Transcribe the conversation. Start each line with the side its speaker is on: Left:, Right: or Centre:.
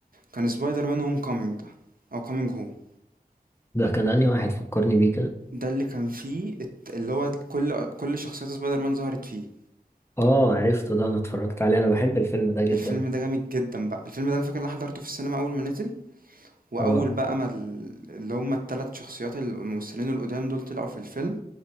Right: كان spider man homecoming ده أو coming home.
Left: ده كان أنهي واحد فكرني بيه كده
Right: ده اللي كان فيه الت- اللي هو كل كل شخصيات سبايدر مان ظهرت فيه
Left: اه عرفته ده انا اتفرجت عليه انا بحب الفيلم ده جدا
Right: الفيلم ده جامد جدا بقى الفيلم ده انا فاكر ان انا حضرته في السينما اول ما نزل واول
Left: اه
Right: بقى ما ال- اللي هم الثلاث شخصيات ال- الممثلين القدام دول طلعوا في الفيلم